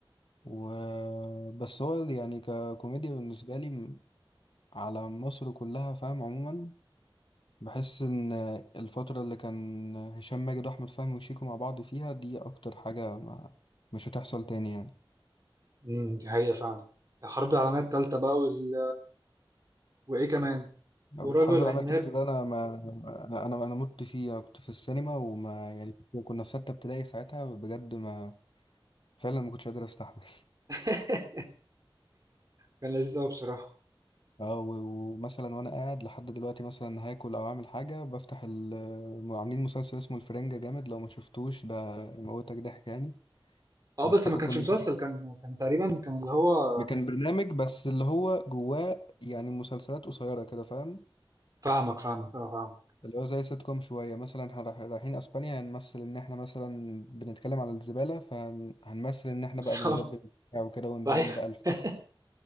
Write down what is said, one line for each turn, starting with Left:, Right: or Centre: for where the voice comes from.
Left: و بس هو يعني ككوميديا بالنسبة لي م- على مصر كلها فاهم عموما بحس ان الفترة اللي كان هشام ماجد واحمد فهمي وشيكو مع بعض فيها دي اكتر حاجة ما مش هتحصل تاني يعني
Right: امم دي حقيقة فعلا الحرب العالمية الثالثة بقى وال... وايه كمان
Left: الحرب
Right: ورجل
Left: العالمية
Right: عناب
Left: بجد التالتة ده انا ما والله انا انا أنا مت فيها كنت في السينما وما يعني كنت- كنا في ستة ابتدائي ساعتها بجد ما فعلا ما كنتش قادر استحمل
Right: <laughs> كان لذيذ قوي بصراحة
Left: <laughs> اه و- ومثلا وانا قاعد لحد دلوقتي مثلا هاكل او اعمل حاجة بفتح ال عاملين مسلسل اسمه الفرنجة جامد لو ما شفتوش ده يموتك ضحك يعني
Right: اه
Left: بفتحه
Right: بس ما كانش
Left: كل
Right: مسلسل كان كان تقريبا كان اللي هو
Left: ما كان برنامج بس اللي هو جواه يعني مسلسلات قصيرة كده فاهم
Right: فاهمك فاهمك اه فاهمك
Left: اللي هو زي سيت كوم شوية مثلا هن- رايح- رايحين أسبانيا هنمثل إن إحنا مثلا بنتكلم على الزبالة فهنمثل إن إحنا
Right: بالظبط
Left: بقى بنزبل وبتاع وكده ونبين
Right: <laughs>
Left: بقى الف...
Right: أيوة.